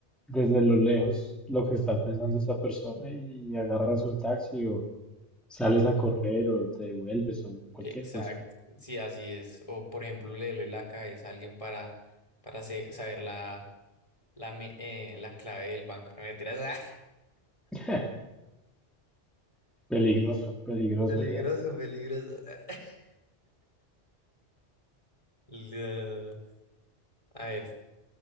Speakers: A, in the centre; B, on the left.
A: desde lo lejos lo que está pensando esta persona y agarras un taxi o sales a correr o te devuelves
B: <laughs>
A: o cualquier
B: Exacto,
A: cosa.
B: sí, así es. O por ejemplo, leerle la cabeza a alguien para, para se- saber la, la, me- eh, la clave del banco. No mentiras. <laughs>
A: <laughs> Peligroso, peligroso
B: Peligroso,
A: ya.
B: peligroso. <laughs> No, no. A ver,